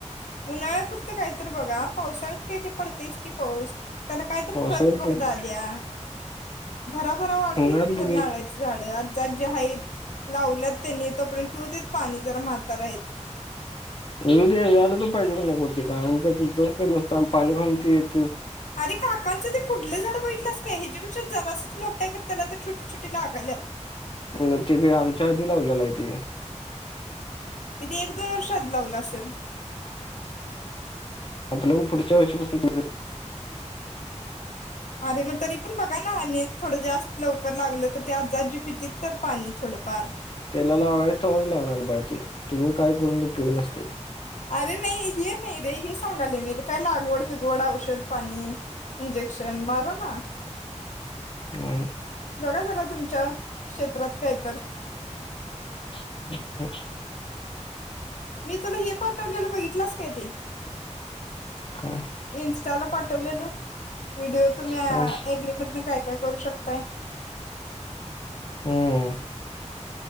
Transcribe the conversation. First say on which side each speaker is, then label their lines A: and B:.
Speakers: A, on the left; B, on the left.
A: उन्हाळ्यापुरतं काय तर बघा पावसाळ्यात काही ते पडतेस कि पाऊस त्याला काय तर
B: पावसाळ्यात
A: खत बघदादया
B: बघ-
A: भराभरा वाढूतेत
B: उन्हाळ्यात
A: त का
B: बघ
A: नाळाची झाड आज जाग जे आहेत लावल्यात त्यांनी, तोपर्यंत पिऊ देत पाणी जरा म्हातार आहेत,
B: य यायला तर पाहिजे काी नकोती काण काही जो का नसत पालेखा <unintelligible>
A: अर काक ना ते पुुलं झाड बडलं का ह्याच्यापेक्षा झारा असच मोठा करताना ोटी छोटी लागाल्यात
B: अ ते काही आमच्या आधी लावलेला आहे ते
A: कितीएक दोन वर्षात जावलं असेल
B: आपलं पुढच्या वर्षीपासून तुझं
A: अरे मग तरी पण बघा ना आणि थोडं जास्त लवकर लागलं तर ते आज पितीच तर पाणी थोडंफार
B: तेलाला आवाज हवाच लागणार बाळते तुम्ही काय करून पिऊ नसते
A: अरे नाही हे नाही रे हे सांगाले नाही रे काय लागवड, बिगवड, औषध, पाणी इंजेक्शन मारुना
B: ह.
A: बघा जरा तुमच्या क्षेत्रात काय तर
B: हम हम
A: मी तुला हे पाठवलेलं बघितलंस काय ते
B: काय?
A: इन्स्टाला पाठवलेलं व्हिडिओ तुम्ही
B: काय
A: अग्रीमधून काय काय करू शकताय.
B: हम्